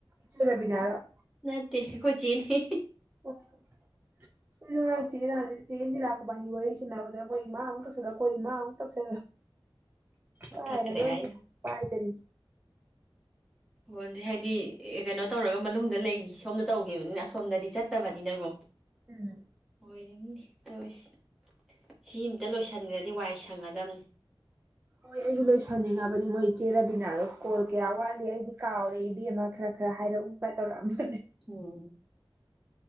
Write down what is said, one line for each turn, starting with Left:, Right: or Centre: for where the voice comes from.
Right: ꯆ ꯈꯕꯤꯅꯤꯙ
Centre: ꯅꯠꯇ ꯀꯣꯏ ꯆꯅꯤ
Right: ꯑꯩꯈꯣꯏ ꯉꯔꯥꯡ ꯆꯦ ꯏꯟꯗꯤꯔ ꯏꯕꯟꯅꯤ ꯌꯥꯔꯤ ꯁꯥꯟꯅꯕꯗ ꯃꯣꯏ ꯏꯃꯥ ꯑꯃꯨꯛ ꯇꯧꯁꯜꯂ ꯑꯩꯈꯣꯏ ꯏꯃꯥ ꯑꯃꯨꯛ ꯇꯧꯁꯜꯂ
Centre: ꯀꯛꯊꯠꯈ꯭ꯔꯦ
Right: ꯄꯥꯏꯔ ꯔꯣꯏꯒꯦ
Centre: ꯑꯩꯅ
Right: ꯄꯥꯏꯗꯔꯗꯤ
Centre: ꯍꯣꯏꯗꯤ ꯍꯥꯏꯗꯤ ꯀꯩꯅꯣ ꯇꯧꯔꯒ ꯃꯅꯨꯡꯗ ꯂꯩꯅꯤ ꯁꯣꯝꯗ ꯇꯧꯈꯤꯕꯅꯤꯅ ꯑꯁ ꯁꯣꯝꯗꯗꯤ ꯆꯠꯇꯕꯅꯤꯅꯀꯣ
Right: ꯎꯝ
Centre: ꯑꯣꯏꯔꯤꯅꯤꯅꯦ ꯇꯧꯔꯤꯁ ꯁꯤ ꯑꯃꯝꯇ ꯂꯣꯏꯁꯤꯟꯈ꯭ꯔꯗꯤ ꯋꯥꯏ ꯁꯪꯒꯗꯕꯅꯤ
Right: ꯍꯣꯏ ꯑꯩꯁꯨ ꯂꯣꯏꯁꯟꯅꯤꯉꯝꯅꯦ ꯍꯥꯏꯗꯤ ꯃꯣꯏ ꯏꯆꯦ ꯔꯕꯤꯅꯗꯣ ꯀꯣꯜ ꯀꯌꯥ ꯋꯥꯠꯂꯤ ꯑꯩꯗꯤ ꯀꯥꯎꯔꯦ ꯏꯕꯝꯃꯥ ꯈꯔ ꯈꯔ ꯍꯥꯏꯔꯛꯎꯕ ꯇꯧꯔꯛꯑꯝꯃꯦ
Centre: ꯎꯝ